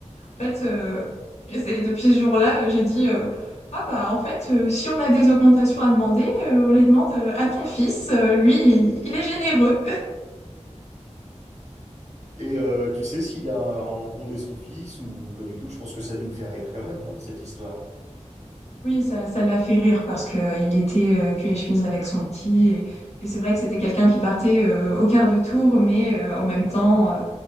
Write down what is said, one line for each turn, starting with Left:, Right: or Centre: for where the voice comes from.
Left: En fait, euh, et c'est depuis ce jour-là, euh, j'ai dit, euh, ah bah en fait, euh, si on a des augmentations à demander, euh, on les demande euh, à ton fils. Euh, lui, il il est généreux.
Right: Et euh, tu sais s'il a engondé son fils ou pas du tout? Je pense que ça a dû le faire rire quand même, non, cette histoire?
Left: Oui, ça, ça l'a fait rire parce que euh, il était euh, cul et chemise avec son petit. Et, et c'est vrai que c'était quelqu'un qui partait euh, au quart de tour, mais euh, en même temps, euh,